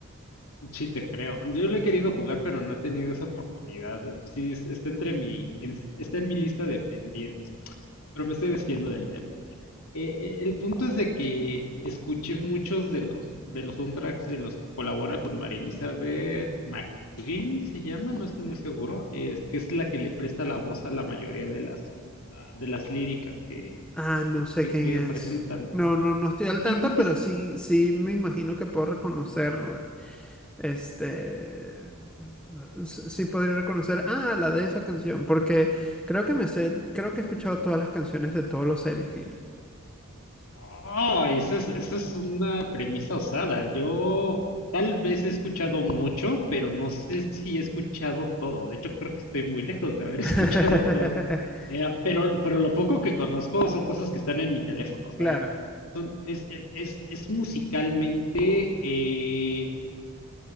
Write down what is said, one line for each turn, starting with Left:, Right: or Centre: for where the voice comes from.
Left: sí te creo. Yo lo he querido jugar, pero no he tenido esa oportunidad. Sí, es- está entre mi, en- está en mi lista de pendientes, pero me estoy desviando del tema. Eh, eh, el punto es de que escuché muchos de los de los soundtracks en los que colabora con María Elizabeth McGuinn, se llama, no estoy muy seguro, es que es la que le presta la voz a la mayoría de las ah, de las líricas que,
Centre: Ah, no sé
Left: que,
Centre: quién
Left: que
Centre: es.
Left: presentan.
Centre: No, no, no estoy al tanto,
Left: Sí, creo que
Centre: pero
Left: es.
Centre: sí, sí me imagino que puedo reconocer, este, s- sí podría reconocer, ah, la de esa canción, porque creo que me sé, creo que he escuchado todas las canciones de todos los Silent Hill.
Left: Ay, esa es, esa es una premisa osada. Yo tal vez he escuchado mucho, pero no sé si he escuchado todo. De hecho, creo que estoy muy lejos de haber <laughs> escuchado
Centre: <laughs>
Left: todo. Eh, pero, pero lo poco que conozco son cosas que están en mi teléfono. O sea,
Centre: Claro,
Left: son- es, es, es- es musicalmente, eh,